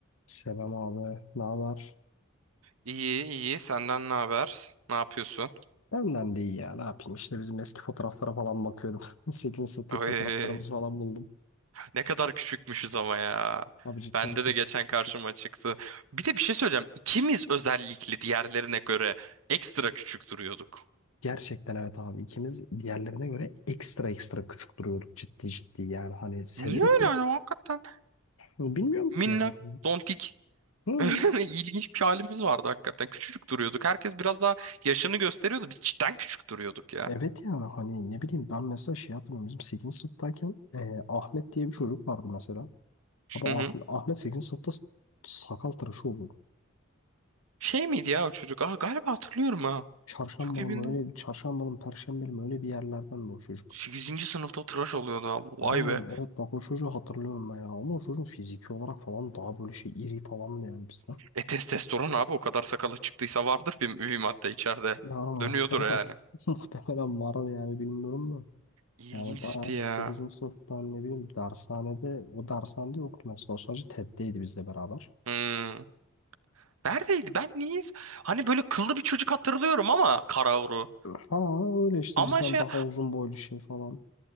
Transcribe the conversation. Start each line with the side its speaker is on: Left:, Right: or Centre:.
Left: Selam abi. Ne haber?
Right: İyi iyi senden ne haber? Ne yapıyorsun?
Left: Benden de iyi ya. Ne yapayım? İşte bizim eski fotoğraflara falan bakıyordum. <laughs> 8. sınıftaki
Right: Oy,
Left: fotoğraflarımız falan buldum.
Right: ne kadar küçükmüşüz ama ya.
Left: Abi cidden
Right: Bende
Left: çok
Right: de geçen
Left: küçükmüşüz.
Right: karşıma çıktı. Bir de bir şey söyleyeceğim. İkimiz özellikle diğerlerine göre ekstra küçük duruyorduk.
Left: Gerçekten evet abi. İkimiz diğerlerine göre ekstra ekstra küçük duruyorduk. Ciddi ciddi yani. Hani sebebi
Right: Niye öyle hani hakikaten?
Left: bilmiyorum
Right: Minnak,
Left: ki ya.
Right: dontik.
Left: Hı.
Right: <laughs> İlginç bir halimiz vardı hakikaten. Küçücük duruyorduk. Herkes biraz daha yaşını gösteriyordu. Biz cidden küçük duruyorduk ya.
Left: Evet ya hani ne bileyim ben mesela şey hatırlıyorum. Bizim 8. sınıftayken e, Ahmet diye bir çocuk vardı mesela. Abi
Right: Hı
Left: Ah-
Right: hı.
Left: Ahmet 8. sınıfta sakal tıraşı oldu.
Right: Şey miydi ya o çocuk? Aa, galiba hatırlıyorum ha.
Left: Çarşambalı
Right: Çok emin
Left: mı
Right: değilim.
Left: öyle bir çarşambalı mı perşembeli mi öyle bir yerlerden de o çocuk.
Right: 8. sınıfta tıraş oluyordu abi. Vay
Left: Vay Aynen
Right: be.
Left: be. evet bak o çocuğu hatırlıyorum ben ya ama o çocuğun fiziki olarak falan daha böyle şey iri falan da yani bizden.
Right: E testosteron abi o kadar sakalı çıktıysa vardır bir, bir madde içeride.
Left: Yani
Right: Dönüyordur
Left: muhtemelen,
Right: yani.
Left: <laughs> muhtemelen vardı yani bilmiyorum da.
Right: İlginçti
Left: Yani bayağı sekizinci
Right: ya.
Left: sınıftan ne bileyim dershanede o dershanede yoktu mesela o sadece TED'deydi bizle beraber.
Right: Hmm. Neredeydi? Ben niye? Hani böyle kıllı bir çocuk hatırlıyorum ama Karavru.
Left: Ha öyle işte
Right: Ama
Left: bizden
Right: şey
Left: daha uzun boylu şey falan.